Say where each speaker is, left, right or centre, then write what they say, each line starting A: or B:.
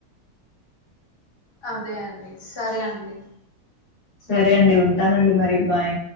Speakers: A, on the left; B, on the left.
A: అదే అండి సరే అండి
B: సరే అండి ఉంటానండి మరి బాయ్